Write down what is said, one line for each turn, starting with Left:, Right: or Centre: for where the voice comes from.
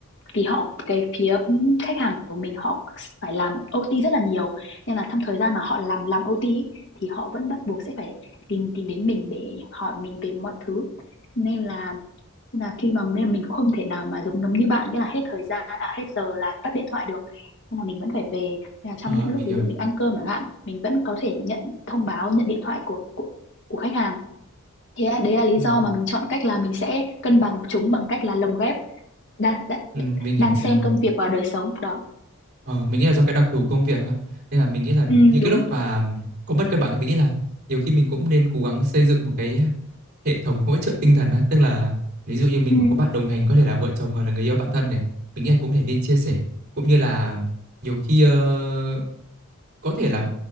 Left: vì họ cái phía khách hàng của mình họ phải làm OT rất là nhiều nên là trong thời gian mà họ làm làm OT ý, thì họ vẫn bắt buộc sẽ phải tìm tìm đến mình để hỏi mình về mọi thứ nên là là khi mà mình mình cũng không thể nào mà giống giống như bạn nghĩa là hết thời gian à hết giờ là tắt điện thoại được nên là mình vẫn phải về Nên là trong
Right: ờ,
Left: những
Right: mình
Left: lúc
Right: hiểu
Left: ví dụ mình ăn cơm chẳng hạn mình vẫn có thể nhận thông báo nhận điện thoại của của, của khách hàng thế là- đấy là lý
Right: Ừ.
Left: do mà mình chọn cách là mình sẽ cân bằng chúng bằng cách là lồng ghép đan đan,
Right: Ừ, mình hiểu
Left: đan
Right: mình
Left: xen
Right: hiểu
Left: công việc vào đời sống đó
Right: ờ, mình nghĩ là do cái đặc thù công việc á. nên là mình nghĩ là
Left: ừ,
Right: những
Left: đúng
Right: cái lúc mà có mất cân bằng ấy, mình nghĩ là nhiều khi mình cũng nên cố gắng xây dựng một cái hệ thống hỗ trợ tinh thần á tức là ví dụ như mình
Left: ừ,
Right: mà có bạn đồng hành có thể là vợ chồng hoặc là người yêu bạn thân này mình nghĩ là cũng thể nên chia sẻ cũng như là nhiều khi ờ, có thể là